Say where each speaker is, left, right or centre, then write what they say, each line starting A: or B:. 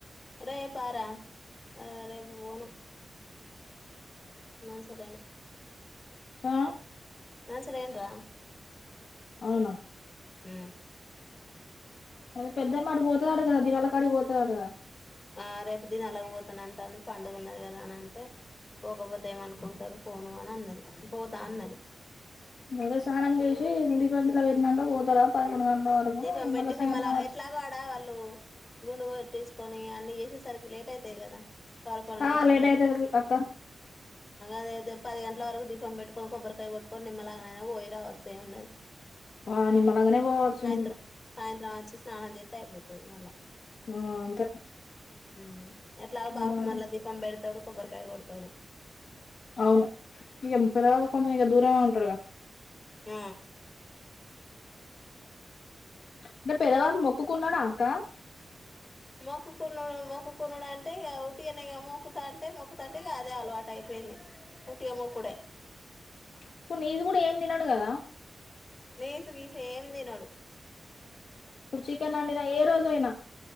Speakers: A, on the left; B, on the left.
A: రేపా ర ఆ రేపు పోను మంచిధని
B: ఆ
A: నా <unintelligible>
B: అవునా
A: హు
B: అదే పెద్దమ్మ ఆటికి పోతాదాంట కదా దివాలా కాటికి పోత కదా
A: ఆ రేపు దినాలకు పోతానుంట అని పండుగ ఉన్నది కదా అని అంటే పోకపోతే ఏమనుకుంటారు పోను అని అన్నది పోతాను అన్నది
B: ముందు స్నానం చేసి <unintelligible>
A: దీపం పెట్టి
B: మళ్ళీ సాయంత్రం
A: నిమ్మల్లా
B: వచ్చి
A: ఎట్లాగ వాడా వాళ్ళు గుండు తీసుకొని అన్ని చేసేసరికి లేట్ అయితాయి కదా వాళ్ళ పనులు
B: ఆ
A: చేసేసరికి
B: లేట్ అవుతుంది అక్క
A: అదే <unintelligible> పది గంటల వరకు దీపం పెట్టుకొని కొబ్బరికాయ కొట్టుకొని నిమ్మల్లాగనైనా పోయి రావచ్చే ఏ ఉన్నది
B: ఆ నిమ్మలంగనే పోవచ్చునే
A: త్ర సాయంత్రం వచ్చి స్నానం చేత్తే అయిపోతాది మళ్ళా
B: ఆ అంతే
A: ఆహ్ ఎట్లాగ బాప
B: అలా
A: మళ్ళా దీపం పెడతాడు కొబ్బరికాయ కొడతాడు
B: అవును ఇగా పెద్దవల్లాకి కొంచం ఇగా దూరమే ఉంటాడుగా
A: ఆ
B: అంటే పెదవారం ఒప్పుకున్నాడా అక్క
A: మొక్కుకునుడు మొక్కునుడు అంటే ఇ ఉటియనే మొక్కుతా అంటే మొక్కుతంటే ఇ అదే అలవాటు అయిపోయింది ఉటిగా మొక్కుడే
B: ఇప్పుడు నీజు కూడా ఏం తినడు కదా
A: నేసు గీసి ఏం తినడు
B: ఇప్పుడు చికెన్ అండినా ఏ రోజు అయినా